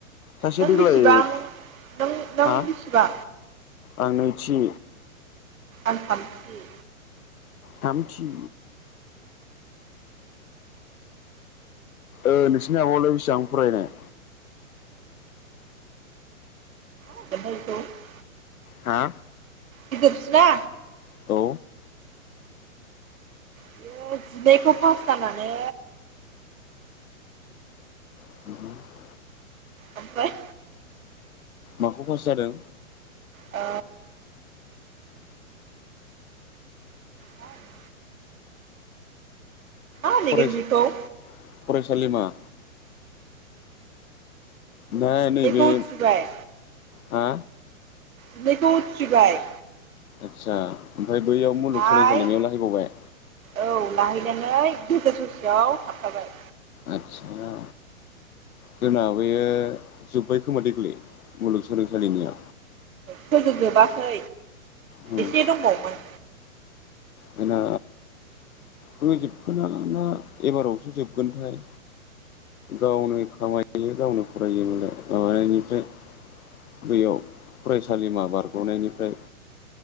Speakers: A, on the left; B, on the right.
A: सासेया
B: नों
A: देग्लाय
B: बेसेबां नों नों
A: हा
B: बेसेबां
A: आं नैथि।
B: आं थामथि।
A: थामथि। ओ नोंसिनि आबआलाय बेसेबां फरायनाय।
B: <unintelligible>
A: हा।
B: गिदिरसिना।
A: औ।
B: बियो जिनैखौ पास जानानै
A: <unintelligible>
B: ओमफ्राय।
A: माखौ पास जादों?
B: ओ मा होनगोन
A: फरायसा
B: बेखौ
A: फरायसालिमा? ना
B: जिनैखौ
A: नैबे
B: उथ्रिबाय
A: हा
B: जिनैखौ उथ्रिबाय।
A: आदसा ओमफ्राय बैयाव
B: ओमफ्राय
A: मुलुग सोलोंसालिनियाव लाहैबावबाय।
B: औ लाहैनानै गेजेर ससेयाव थाबथाबाय।
A: आदसा। जोंना बेयो जोब्बाय खोमा देग्लाय मुलुगसोलोंसालिनिया।
B: फोजोबजोबाखै
A: उम
B: एसे दंबावोनमोन।
A: जोंना फोजोबखोना एबारावसो जोबगोनथाय? गावनो खामायो गावनो फरायोयो मालाइ माबनिफ्राय बैयाव फरायसालिमा बारग'नायनिफ्राय।